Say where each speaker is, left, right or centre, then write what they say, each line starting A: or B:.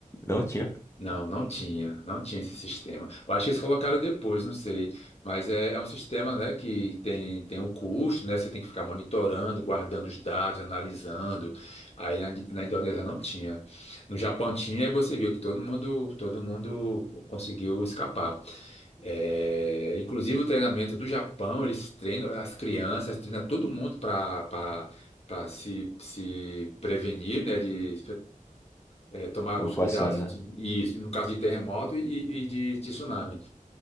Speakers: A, on the left (about 20°); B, on the left (about 50°).
A: Não tinha
B: Não, não tinha, não tinha esse sistema. Eu acho que eles colocaram depois, não sei. Mas é, é um sistema, né, que tem, tem um custo, né? Você tem que ficar monitorando, guardando os dados, analisando. Aí na, na Indonésia não tinha. No Japão tinha, e você viu que todo mundo, todo mundo conseguiu escapar. É, inclusive o treinamento do Japão, eles treinam as crianças, treinam todo mundo para para se, se prevenir, né, de é, tomar
A: evacuação,
B: os cuidados
A: né?
B: de- e, no caso de terremoto e, e de, de tsunami.